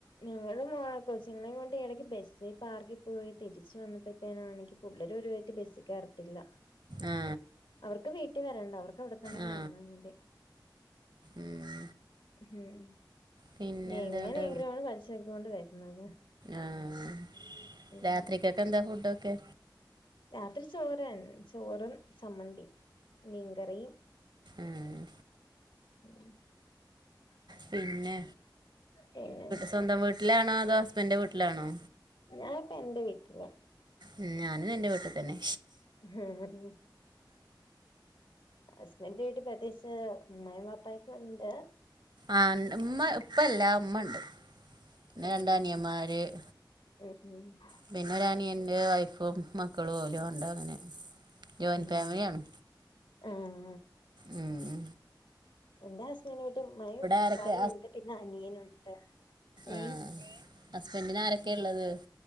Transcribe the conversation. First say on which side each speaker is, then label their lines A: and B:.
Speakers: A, on the left; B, on the right.
A: ഞങ്ങള് മോ കോച്ചിങ്ങളേം കൊണ്ട് എട്ക്ക് ബെസ്സി പാർക്കി പോയി തിരിച്ചു വന്നപ്പെ തെനാണെങ്കി പുള്ളര് ഒരു വെദതി ബസ്സികേറ ത്തില്ല
B: ആ
A: അവർക്ക് വീട്ടി വരണ്ട അവർക്ക് അവിടെത്തനന്നിങ്ങെ
B: ആ
A: നിന്നാ മതി
B: ഉം
A: ഉം
B: പിന്നെന്താണ്ട്
A: എങ്ങനെയെങ്കിലും <unintelligible>
B: ആഹ്
A: ഉം
B: രാത്രികൊക്കെ ന്താ ഫുഡൊക്കെ?
A: രാത്രി ചോറന്നെ ചോറ് ചമ്മന്തി മീൻകറി
B: ഏഹ്
A: ഉം
B: പിന്നെ
A: പിന്നെ
B: സ്വന്തം വീട്ടിലാണോ അതോ ഹസ്ബൻ്ന്റെ വീട്ടിലാണോ
A: ഞാനപ്പോ എന്റെ വീട്ടില്
B: ഉം ഞാനും എൻ്റെ വീട്ടിൽ തന്നെ
A: <unintelligible> ഹസ്ബൻഡ് വീട്ടിൽ പ്രത്യേകിച്ച് അമ്മായിമ്മ പ്പായൊക്കെ ഒക്കെ ഉണ്ട്
B: ആ ഇപ്പല്ല ഉമ്മ ഉണ്ട്
A: മ്മ്
B: പിന്നെ രണ്ട് അനിയന്മാര് പിന്നെ ഒരു അനിയന്റെ വൈഫും മക്കളും ഓലും ഉണ്ട് അങ്ങനെ ജോയിൻറ്റ്
A: മ്മ്
B: ഫാമിലിയാണ്
A: മ്മ്
B: മ്മ്
A: എന്റെ ഹസ്ബൻ്റിൻ്റെ വീട്ടിൽ ഉമ്മായും
B: ആരൊക്കെ
A: ഉപ്പായും ഉണ്ട് പിന്നെ അനിയനുണ്ട്
B: ആഹ്
A: ഏ
B: ഹസ്ബൻ്റിന് ആരൊക്കെ
A: ഉം
B: ഉള്ളത്